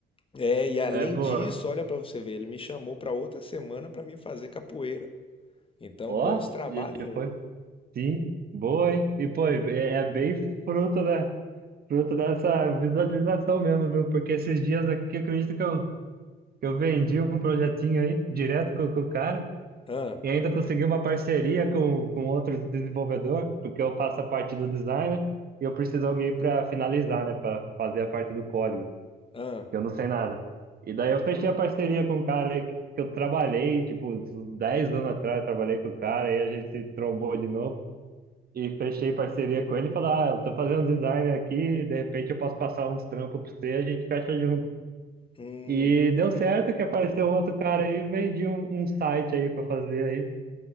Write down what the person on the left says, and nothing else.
É, e além
disso, olha pra você ver, ele me chamou pra outra semana pra me fazer capoeira. Então,
dois trabalhos
em um.
Hã?
Ah,
hum,